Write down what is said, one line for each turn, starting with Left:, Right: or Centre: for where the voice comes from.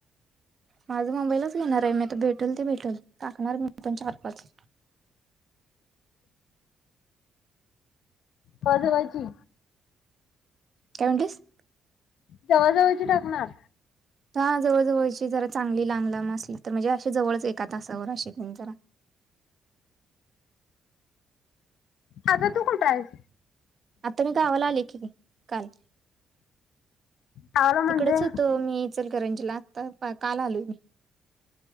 Right: माझं मुंबईलाच घेणार आहे मी आता भेटल ते भेटल टाकणार मी पण चार- पाच
Left: पदव्याची
Right: काय म्हटंलीस
Left: जवळ जवळची टाकणार.
Right: हा जवळ जवळची जरा चांगली लांब लांब असली तर म्हणजे अशी जवळच एका तासावर अशी तेन जरा
Left: आता तू कुठं आयस.
Right: आता मी गावाला आले की काल
Left: आवाला म्हणजे
Right: तिकडच हुतो मी इचकरंजीला आता पा काल आलोय मी